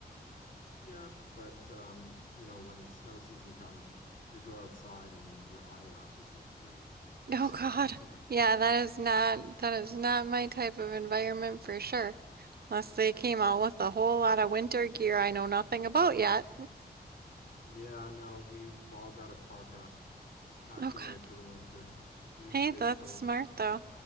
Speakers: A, on the left; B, on the right.
A: Yeah, but um, you know, when it's snow season comes, you go outside and y your eyelashes will freeze. <laughs>
B: Oh
A: So,
B: God.
A: you know.
B: Yeah, that is not that is not my type of environment for sure. Unless they came out with a whole lot of winter gear I know nothing about yet.
A: Yeah, no, we've all got a parka packed
B: Okay.
A: away for the winter. Huge
B: Hey,
A: big
B: that's
A: coat,
B: smart though.